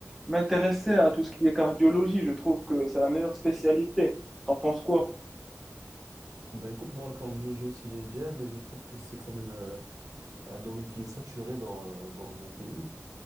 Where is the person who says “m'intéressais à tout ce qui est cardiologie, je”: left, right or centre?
Centre